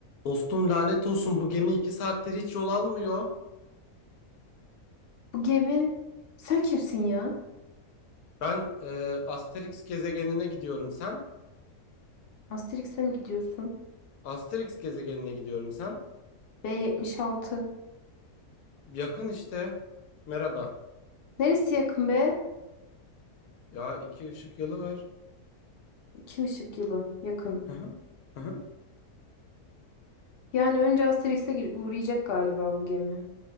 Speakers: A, on the left; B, on the left.
A: Dostum lanet olsun bu gemi iki saattir hiç yol almıyor.
B: Bu gemi sen kimsin ya?
A: Ben e, Asterix gezegenine gidiyorum sen.
B: Asterix'e mi gidiyorsun?
A: Asterix gezegenine gidiyorum sen.
B: B76.
A: Yakın işte. Merhaba.
B: Neresi yakın be?
A: Ya iki ışık yılı var.
B: İki ışık yılı yakın.
A: Hı hı. Hı hı.
B: Yani önce Asterix'e gir- uğrayacak galiba bu gemi.